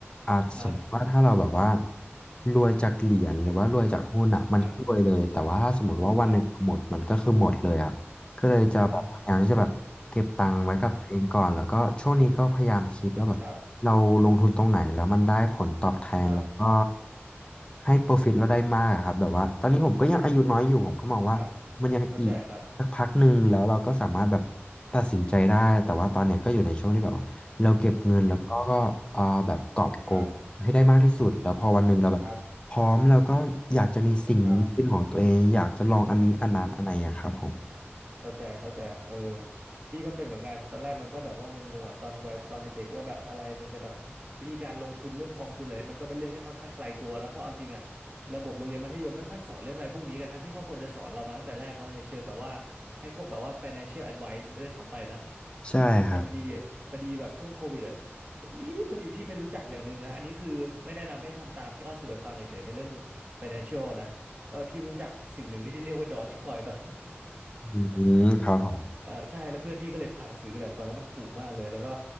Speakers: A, on the left; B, on the right.
A: อาจสมมติว่าถ้าเราแบบว่า
B: ครับ
A: รวยจากเหรียญหรือว่ารวยจากหุ้นอ่ะมันก็รวยเลยแต่ว่าถ้าสมมติว่าวันหนึ่งหมดมันก็คือหมดเลยอ่ะ
B: ครับครับ
A: ก็เลยจะแบบพยายามที่จะแบบเก็บตังค์ไว้กับตัวเองก่อนแล้วก็ช่วงนี้ก็พยายามคิดว่าแบบเราลงทุนตรงไหนแล้วมันได้ผลตอบแทนแล้วก็
B: อืมโอ้ครับครับ
A: ให้ profit เราได้มากอะครับแบบว่าตอนนี้ผมก็ยังอายุน้อยอยู่ผมก็มองว่ามันยังอีกสักพักหนึ่งแล้วเราก็สามารถแบบ
B: ครับเออเข้าใจครับ
A: ตัดสินใจได้แต่ว่าตอนเนี้ยก็อยู่ในช่วงที่แบบว่าเราเก็บเงินแล้วก็ก็เอ่อแบบกอบโกยให้ได้มากที่สุดแล้วพอวันหนึ่งเราแบบพร้อมแล้วก็อยากจะมีสิ่งนี้เป็นของตัวเองอยากจะลองอันนี้อันนั้นอะไรอะครับผม
B: อืมครับครับครับ เข้าใจเข้าใจครับเออพี่ก็เป็นเหมือนกัน ตอนแรกมันก็แบบว่างงๆอะตอนวัยตอนเด็กๆว่าแบบอะไรมันจะแบบวิธีการลงทุนเรื่องกองทุนอะไรเนี่ยมันก็เป็นเรื่องที่ค่อนข้างไกลตัวนะ เพราะเอาจริงอะระบบโรงเรียนมัธยมไม่ค่อยสอนเรื่องอะไรพวกนี้กันทั้งที่เขาควรจะสอนเรามาตั้งแต่แรกเนาะในเชิงแบบว่าให้พวกแบบว่า financial advice ด้วยซ้ำไปนะ
A: ใช่ครับ
B: แต่พอดีพอดีแบบช่วงโควิดอะพอดีพอดีพี่เป็นรู้จักอย่างหนึ่งนะอันนี้คือไม่แนะนำให้ทำตามแค่เล่าสู่กันฟังเฉยๆในเรื่อง financial นะว่าพี่ไปรู้จักสิ่งหนึ่งที่เรียกว่า Dogecoin ตอนนั้น
A: อืมครับผม
B: เออใช่แล้วเพื่อนพี่ก็เลยพาซื้อแหละมันตอนนั้นมันถูกมากเลยแล้วก็